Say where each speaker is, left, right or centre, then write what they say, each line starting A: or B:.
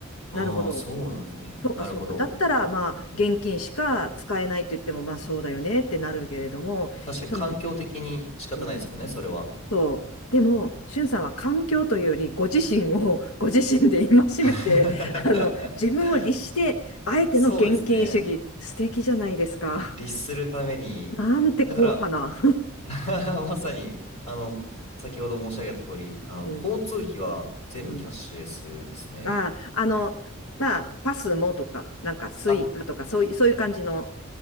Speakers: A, on the left (about 30°); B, on the left (about 85°).
A: ああ、
B: なるほど。
A: そうなんですね。
B: そうかそうか。
A: なるほど。
B: だったら、まあ、現金しか使えないって言っても、まあそうだよねってなるけれども、
A: 確かに環境的に仕方ないですもんね、
B: その、うん
A: それは。
B: そう。でも、しゅんさんは環境というより、ご自身を <laughs> ご自身で戒めて、
A: <laughs>
B: あの、自分を律して、あえての現金主義、
A: そうですね。
B: 素敵じゃないですか。
A: 律するために。
B: なんて硬派な。
A: だから、<laughs> まさに、あの、先ほど申し上げた通り、あの、
B: うん。
A: 交通費は全部キャッシュレスですね。
B: うん。ああ、あの、まあ、パスもとか、なんか、スイカとか、
A: あ、
B: そういう、そういう感じの。